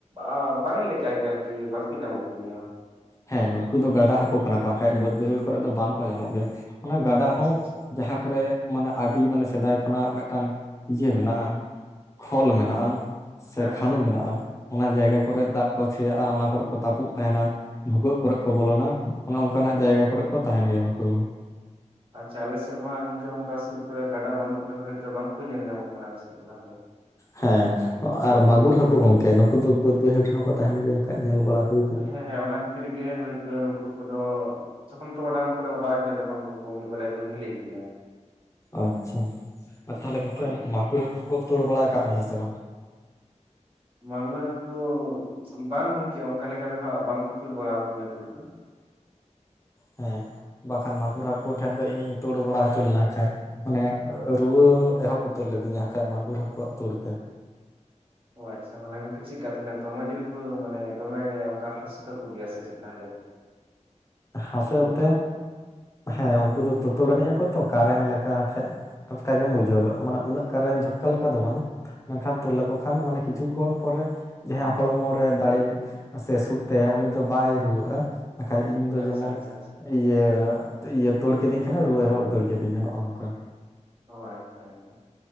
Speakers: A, on the right; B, on the left.
A: ᱟ ᱵᱟᱝ ᱞᱮᱠᱟ ᱜᱮ ᱟᱨᱠᱤ ᱵᱟᱠᱚ ᱧᱟᱢᱚᱜ ᱜᱮᱭᱟ᱾
B: ᱦᱮᱸ ᱱᱩᱠᱩ ᱫᱚ ᱜᱟᱰᱟ ᱦᱟᱹᱠᱩ ᱠᱟᱱᱟ ᱠᱚ ᱠᱷᱟᱹᱡ ᱵᱟᱹᱫᱽ, ᱵᱟᱹᱭᱦᱟᱹᱲ ᱠᱚᱨᱮ ᱫᱚ ᱵᱟᱝ ᱠᱚ ᱧᱟᱢᱚᱜ ᱜᱮᱭᱟ ᱚᱱᱟ ᱜᱟᱰᱟ
A: ᱟᱪᱪᱷᱟ
B: ᱦᱚᱸ
A: ᱟᱪᱪᱷᱟ
B: ᱡᱟᱦᱟᱸ ᱠᱚᱨᱮ ᱢᱟᱱᱮ ᱟᱹᱰᱤ ᱢᱟᱱᱮ ᱥᱮᱫᱟᱭ ᱠᱷᱚᱱᱟᱜ ᱢᱤᱫᱴᱟᱝ ᱤᱭᱟᱹ ᱢᱮᱱᱟᱜ-ᱟ ᱠᱷᱚᱞ ᱢᱮᱱᱟᱜ-ᱟ᱾ ᱥᱮ
A: ᱦᱮᱸ
B: ᱠᱷᱟᱱᱩ
A: ᱦᱮᱸ ᱦᱮᱸ
B: ᱢᱮᱱᱟᱜ-ᱟ ᱚᱱᱟ ᱡᱟᱭᱜᱟ
A: ᱦᱩᱸ
B: ᱠᱚᱨᱮᱫ ᱫᱟᱜ ᱠᱚ ᱥᱮᱭᱟᱜ-ᱟ ᱚᱱᱟ ᱠᱚᱨᱮ ᱠᱚ ᱛᱟᱹᱯᱩᱜ ᱛᱟᱦᱮᱱᱟ᱾ ᱵᱷᱩᱜᱟᱹᱜ ᱠᱚᱨᱮ ᱠᱚ ᱵᱚᱞᱚᱱᱟ ᱚᱱᱚ ᱚᱱᱠᱟᱱᱟᱜ ᱡᱟᱭᱜᱟ ᱠᱚᱨᱮ ᱠᱚ ᱛᱟᱦᱮᱱ ᱜᱮᱭᱟ ᱱᱩᱠᱩ ᱫᱚ᱾
A: ᱟᱪᱪᱷᱟ ᱟᱞᱮᱥᱮᱫ ᱢᱟ ᱜᱚᱝᱠᱮ ᱚᱱᱠᱟ ᱥᱩᱨᱩ ᱠᱚᱨᱮ ᱜᱟᱰᱟ ᱵᱟᱹᱱᱩᱜ ᱛᱮ ᱦᱳᱭᱛᱳ ᱵᱟᱝᱠᱚ ᱧᱮᱞ ᱧᱟᱢᱚᱜ ᱠᱟᱱᱟ ᱟᱞᱮᱥᱮᱫ ᱫᱚ ᱛᱟᱦᱚᱞᱮ᱾
B: ᱦᱮᱸ ᱟᱨ ᱢᱟᱜᱩᱨ ᱦᱟᱹᱠᱩ ᱜᱚᱝᱠᱮ ᱱᱩᱠᱩ ᱫᱚ ᱵᱟᱹᱫ ᱵᱟᱹᱭᱦᱟᱹᱲ ᱨᱮᱦᱚᱸ ᱠᱚ ᱛᱟᱦᱮᱱ ᱜᱮᱭᱟ ᱠᱷᱟᱡ ᱧᱮᱞ ᱵᱟᱲᱟ ᱦᱩᱭ ᱠᱟᱱᱟ᱾
A: ᱦᱮᱸ ᱦᱮᱸ, ᱚᱱᱟ ᱠᱷᱟᱹᱛᱤᱨ ᱜᱮ ᱦᱳᱭᱛᱳ ᱱᱩᱠᱩ ᱠᱚᱫᱚ ᱛᱚᱠᱷᱚᱱ ᱴᱚᱨᱚᱰᱟᱝ ᱠᱚᱞᱮ ᱚᱰᱟᱣ ᱜᱮᱭᱟ ᱛᱚᱠᱷᱚᱱ ᱩᱱᱠᱩ ᱠᱚ ᱢᱤᱫ-ᱵᱟᱨᱭᱟ ᱠᱚ ᱡᱷᱟᱹᱞᱤᱜ ᱜᱮᱭᱟ᱾
B: ᱟᱪᱪᱷᱟ ᱛᱟᱦᱚᱞᱮ ᱜᱚᱝᱠᱮ
A: ᱦᱳᱭ
B: ᱢᱟᱜᱩᱨ ᱦᱟᱹᱠᱩ ᱠᱚ ᱛᱟᱹᱲ ᱵᱟᱲᱟ ᱟᱠᱟᱫ ᱢᱮᱭᱟ ᱥᱮ ᱵᱟᱝ?
A: ᱢᱟᱜᱩᱨ ᱦᱟᱹᱠᱩ ᱵᱟᱝ ᱜᱚᱝᱠᱮ ᱚᱱᱠᱟ ᱞᱮᱠᱟ ᱫᱚ ᱦᱟᱸᱜ ᱵᱟᱝᱠᱚ ᱛᱩᱲ ᱵᱟᱲᱟ ᱟᱠᱟᱫᱤᱧᱟ ᱛᱩᱲ ᱫᱚ᱾
B: ᱦᱮᱸ ᱵᱟᱠᱷᱟᱱ ᱢᱟᱜᱩᱨ ᱦᱟᱹᱠᱩ ᱴᱷᱮᱱ ᱫᱚ ᱤᱧᱤᱧ ᱛᱩᱲ ᱵᱟᱲᱟ ᱦᱚᱪᱚ ᱞᱮᱱᱟ ᱦᱟᱜ ᱠᱷᱟᱡ ᱚᱱᱮ ᱨᱩᱣᱟᱹ ᱮᱦᱚᱵ ᱩᱛᱟᱹᱨ ᱞᱤᱫᱤᱧᱟ ᱦᱟᱜ ᱠᱷᱟᱡ ᱢᱟᱜᱩᱨ ᱦᱟᱹᱠᱩᱣᱟᱜ ᱛᱳᱲ ᱛᱮ᱾
A: ᱚ ᱟᱪᱪᱷᱟ ᱢᱟᱱᱮ ᱜᱚᱝᱠᱮ ᱪᱮᱜᱠᱟ ᱛᱟᱦᱚᱞᱮ ᱫᱚᱢᱮ ᱡᱳᱨ ᱠᱚ ᱢᱟᱱᱮ ᱫᱚᱢᱮ ᱚᱱᱠᱟ ᱦᱟᱹᱥᱩ ᱛᱟᱠᱚ ᱜᱮᱭᱟ ᱥᱮ ᱪᱮᱫ ᱛᱟᱦᱚᱞᱮ?
B: ᱦᱟᱹᱥᱩ ᱚᱱᱛᱮ ᱦᱮᱸ ᱩᱱᱠᱩ ᱫᱚ ᱛᱳᱛᱳᱲ ᱟᱹᱱᱤᱡ ᱟᱠᱚ ᱛᱚ ᱠᱟᱨᱮᱱᱴ ᱞᱮᱠᱟ ᱠᱷᱟ ᱴᱚᱴᱠᱟ ᱜᱮᱢ ᱵᱩᱡᱷᱟᱹᱣ ᱜᱚᱫᱟ ᱢᱟᱱᱮ ᱩᱱᱟᱹᱜ ᱠᱟᱨᱮᱱᱴ ᱡᱷᱚᱴᱠᱟ ᱞᱮᱠᱟ ᱫᱚ ᱵᱟᱝ᱾ ᱢᱮᱱᱠᱷᱟᱱ ᱛᱩᱲ ᱞᱮᱠᱚ ᱠᱷᱟᱱ ᱢᱟᱱᱮ ᱠᱤᱪᱷᱩ ᱠᱷᱚᱱ ᱯᱚᱨᱮ ᱡᱟᱦᱟᱸᱭᱟᱜ ᱦᱚᱲᱢᱚ ᱨᱮ ᱫᱟᱲᱮ ᱥᱮ ᱥᱩᱴ ᱛᱟᱭᱟ ᱩᱱᱤ ᱫᱚᱚ ᱵᱟᱭ ᱨᱩᱣᱟᱹᱜᱼᱟ᱾ ᱵᱟᱠᱷᱟᱡ ᱤᱧ ᱫᱚ
A: ᱟᱪᱪᱷᱟ
B: ᱡᱮᱢᱚᱱ
A: ᱟᱪᱪᱷᱟ ᱟᱪᱪᱷᱟ
B: ᱤᱭᱟᱹ ᱤᱭᱟᱹ ᱛᱳᱲ ᱠᱤᱫᱤᱧ ᱠᱷᱟᱱᱮ ᱨᱩᱣᱟᱹ ᱮᱦᱚᱵ ᱩᱛᱟᱹᱲ ᱠᱤᱫᱤᱧᱟ ᱱᱚᱜᱼᱚ ᱱᱚᱝᱠᱟ᱾
A: ᱚ ᱟᱪᱪᱷᱟ ᱟᱪᱪᱷᱟ